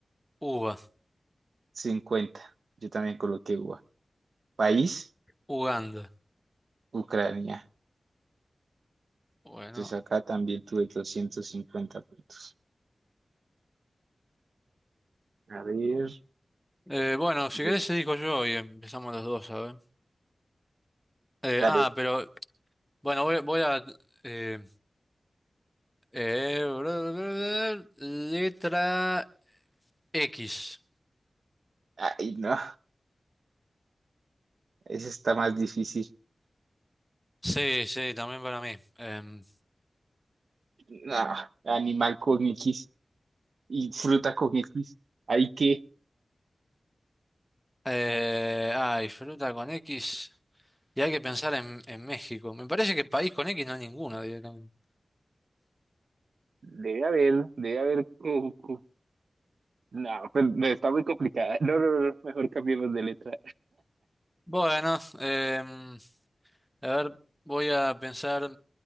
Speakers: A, in the centre; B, on the right.
A: Uva.
B: cincuenta Yo también coloqué uva. País,
A: Uganda.
B: Ucrania.
A: Bueno,
B: Entonces acá también tuve 250 puntos. A ver,
A: Eh, bueno, si
B: bien,
A: querés digo yo y empezamos los dos, ¿sabes? Eh,
B: dale.
A: ah, pero bueno, voy, voy a... eh, eh, <laughs> letra X.
B: Ay, no, ese está más difícil.
A: Sí, sí, también para mí. Em,
B: No, animal con X y fruta con X. Hay que,
A: eh, ay, fruta con X. Y hay que pensar en, en México. Me parece que país con X no hay ninguno directamente.
B: debe haber, debe haber. cu- cu- No, pues, no, está muy complicada. No, no, no, no, mejor cambiemos de letra.
A: Bueno, em, a ver, voy a pensar.